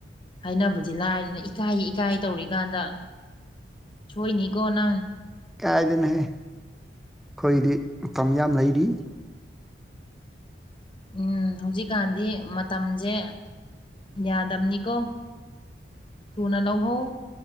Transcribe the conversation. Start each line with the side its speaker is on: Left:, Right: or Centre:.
Left: ꯍꯥꯏꯅꯕꯗꯤ ꯂꯥꯏꯔꯗꯅ ꯏꯀꯥꯏ ꯏꯀꯥꯏ ꯇꯧꯔꯤꯀꯥꯟꯗ ꯁꯣꯏꯅꯤꯀꯣ ꯅꯪ
Centre: ꯀꯥꯏꯗꯩꯅꯣꯍꯦ ꯈꯣꯏꯗꯤ ꯃꯇꯝ ꯌꯥꯝ ꯂꯩꯔꯤ
Left: ꯎꯝ ꯍꯧꯖꯤꯛꯀꯥꯟꯗꯤ ꯃꯇꯝꯁꯦ ꯌꯥꯗꯝꯅꯤꯀꯣ ꯊꯨꯅ ꯂꯧꯍꯧ